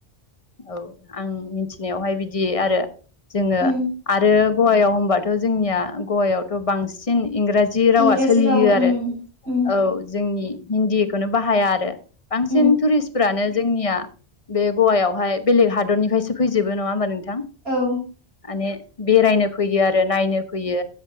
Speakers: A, on the left; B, on the right.
A: औ आं मिथिनायावहाय बिदि आरो जोङो
B: उम
A: आरो गवायाव होबाथ' जोंनिया गवायावथ' बांसिन इंराजि जि रावा
B: इंराजि
A: सोलियो
B: राव उम
A: आरो
B: उम
A: औ जोंनि हिन्दीखौनो बाहाया आरो बांसिन
B: उम
A: टुरिस्टफ्रानो जोंनिया बे गवायावहाय बेलेग हादरनिफ्रायसो फैजोबो नङा हबा नोंथां?
B: औ
A: माने बेरायनो फैयो आरो नायनो फैयो